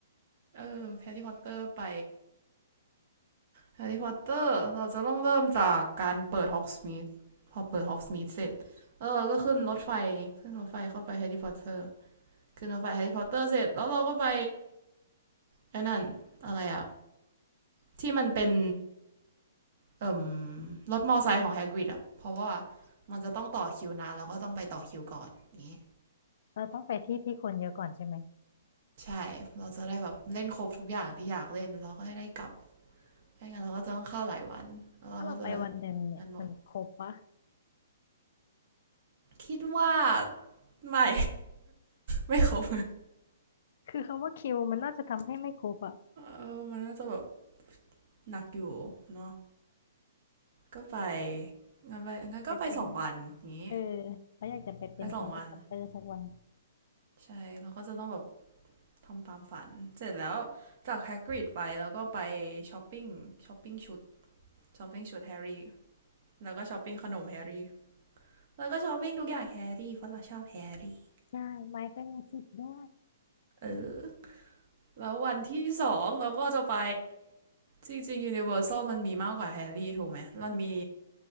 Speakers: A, on the right (about 50°); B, on the left (about 55°).
A: เออแฮร์รี่พอตเตอร์ไป แฮร์รี่พอตเตอร์เราจะต้องเริ่มจากการเปิดฮอกสมิธพอเปิดฮอกสมิธเสร็จแล้วเออก็ขึ้นรถไฟขึ้นรถไฟเข้าไปแฮร์รี่พอตเตอร์ขึ้นรถไฟแฮร์รี่พอตเตอร์เสร็จแล้วเราก็ไปไอ้นั่นอะไรอะที่มันเป็นเอ่อรถมอไซค์ของแฮกริดอะเพราะว่ามันจะต้องต่อคิวนานแล้วก็ต้องไปต่อคิวก่อนอย่างงี้
B: เราต้องไปที่ที่คนเยอะก่อนใช่ไหม
A: ใช่เราจะได้แบบเล่นครบทุกอย่างที่อยากเล่นแล้วก็ให้ได้กลับไม่งั้นเราก็จะต้องเข้าหลายวันแล้วเราก็จะ
B: ถ้าเราไปวันหนึ่งเนี่ยมันครบปะ
A: นั่นหมดคิดว่าไม่ ไม่ครบ
B: คือคำว่าคิวมันน่าจะทำให้ไม่ครบอะ
A: เออมันน่าจะแบบหนักอยู่เนาะก็ไปงั้นไปงั้นก็ไปสองวันอย่างนี้
B: ไปเป็นเออเขาอยากจะไปเป็นแฮร์รี่พอตเตอร์สักวัน
A: ไปสองวันใช่เราก็จะต้องแบบทำตามฝันเสร็จแล้วจากแฮกริดไปแล้วก็ไปช้อปปิ้งช้อปปิ้งชุดช้อปปิ้งชุดแฮร์รี่แล้วก็ช้อปปิ้งขนมแฮร์รี่แล้วก็ช้อปปิ้งทุกอย่างแฮร์รี่เพราะเราชอบแฮร์รี่
B: ใช่ไม้ก็ยังสิบได้
A: เออแล้ววันที่สองเราก็จะไปจริงๆ Universal มันมีมากกว่าแฮร์รี่ถูกไหมมันมี